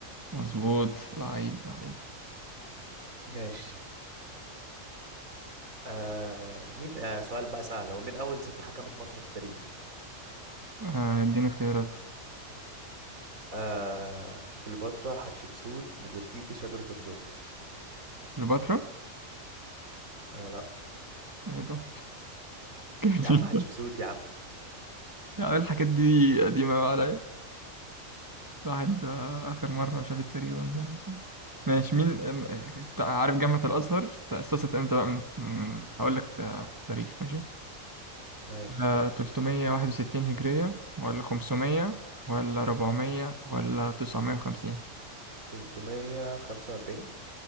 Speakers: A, on the right; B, on the right.
A: مظبوط لعيب لعيب
B: ماشي آه مين آه سؤال بقى سهل هو مين اول ست حكمت مصر في التاريخ
A: آه، اديني اختيارات
B: آه كليوباترا حتشبسوت نفرتيتي شجرة الدر
A: كليوباترا
B: آه لا
A: ايه ده <laughs>
B: يا عم حتشبسوت يا عم
A: يا عم الحاجات دي قديمة بقى عليا الواحد آه، آخر مرة شاف التاريخ ده من زمان مثلا ماشي مين أم- تع- عارف جامعة الأزهر تأسست امتى بقى من من- هقول لك تا- تاريخ ماشي
B: ماشي
A: ولا 361 هجرية ولا 500 ولا 400 ولا 950
B: 345